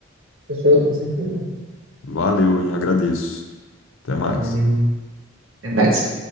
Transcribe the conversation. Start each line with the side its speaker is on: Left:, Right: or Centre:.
Right: Pessoa, com certeza.
Left: Valeu, hein? Agradeço. Até mais.
Right: Valeu. Até mais.